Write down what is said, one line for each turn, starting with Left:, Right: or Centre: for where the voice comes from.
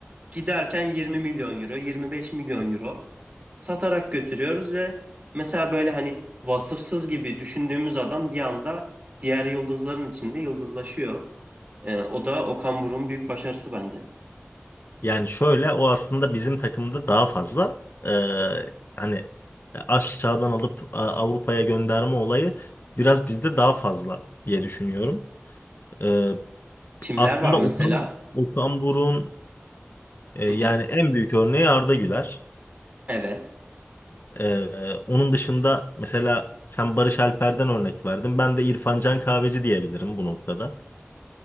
Right: Giderken 20 milyon euro, 25 milyon euro satarak götürüyoruz ve mesela böyle hani vasıfsız gibi düşündüğümüz adam bir anda diğer yıldızların içinde yıldızlaşıyor. Ee, o da Okan Buruk'un büyük başarısı bence.
Left: Yani şöyle o aslında bizim takımda daha fazla e, hani aşağıdan alıp e, Avrupa'ya gönderme olayı biraz bizde daha fazla diye düşünüyorum. E,
Right: Kimler
Left: aslında
Right: var mesela?
Left: Okan, Okan Buruk'un e,
Right: Hı
Left: yani
Right: hı.
Left: en büyük örneği Arda Güler.
Right: Evet.
Left: E, onun dışında mesela sen Barış Alper'den örnek verdin. Ben de İrfan Can Kahveci diyebilirim bu noktada.